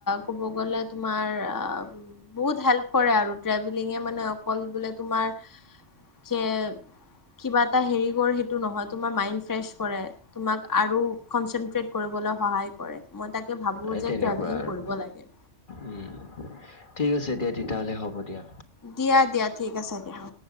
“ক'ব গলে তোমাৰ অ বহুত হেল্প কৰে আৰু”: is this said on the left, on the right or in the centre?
Left